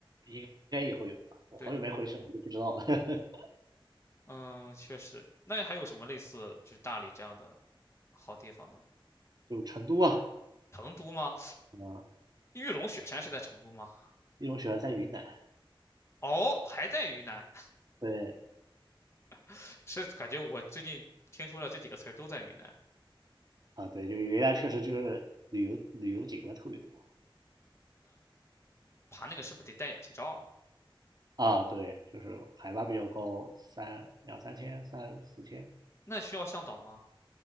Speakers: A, on the right; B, on the left.
A: 应该也会有吧。我好久没回去了，
B: 对的，
A: 我就不知道了。<laughs>
B: 嗯，确实。那还有什么类似就是大理这样的好地方呢？
A: 就成都啊，
B: 成都吗？
A: 啊，
B: 玉龙雪山是在成都吗？
A: 一种喜欢在云南。
B: 哦，还在云南，
A: 对
B: <laughs> 是感觉我最近听说了这几个词儿都在云南。
A: 啊，对，就是云南确实就是旅游旅游景观特别多
B: 爬那个是不是得带氧气罩啊？
A: 啊。对，就是海拔比较高，三两三千、三四千。
B: 那需要向导吗？